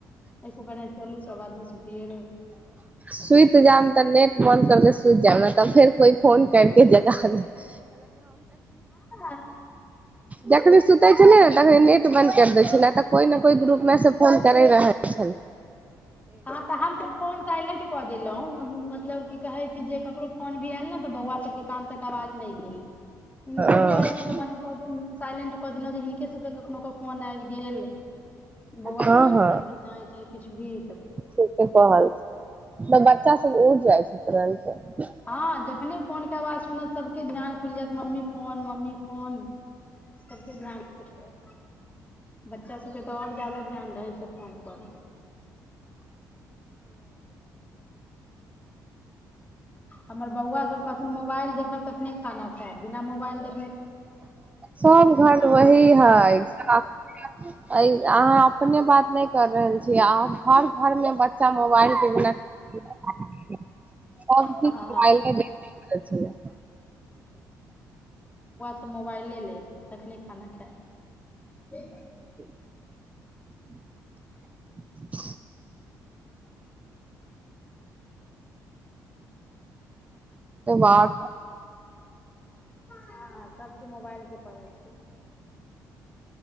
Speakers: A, on the left; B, on the right.
A: एहिसने चलू सब आदमी सुति रह
B: सुति जायब तऽ नेट बन्द करके सुति जायब ने तऽ फेर कोइ फोन करके जगा देत
A: ह
B: देखखने सुतै छल तखनी नेट बन्द कर दै छै ने तऽ कोइ ने कोइ ग्रुप मे से फोन करे रहल छल
A: हँ तऽ हम त फोन साइलेंट कऽ देलहुँ मतलब की कहैत छै जे ककरो फोन भी आयल ने तऽ बौआ सबके कान तक आवाज नहि भेल हिनको
B: हँ
A: दुआरे मतलब ब कऽ देल साइलेंट कऽ देलहुँ जे हिनके सबके कखनो क फोन आबि गेल बौआ
B: हँ
A: सब सुतल
B: हँ
A: क नहि चाहे किछु भी
B: ठीके कहल तऽ बच्चा सब उठ जाइ छै तुरन्ते हूँ
A: ह जखने फोन के आवाज सुनत सबके ध्यान खुलि जायत मम्मी फोन मम्मी फोन सबस ध्यान जात बच्चा सबके तऽ आओर जादा ध्यान रहै छै फोन पर हमर बौआ सब कहथिन मोबाइल देखब तखने खाना खायब बिना मोबाइल देख
B: सभ घर वही
A: बौआ सबके
B: हइ
A: मोबाइल
B: एज अहाँ अपने बात नहि कर रहल छियै आ हर घर मे बच्चा मोबाइल केटी सभ दिन
A: हँ
B: मोबाइल देखतऐ अच्छा
A: त मोबाइले लेत तखने खाना खाइत ह
B: <unintelligible> त बाहर
A: हँ सबके मोबाइल परहल छै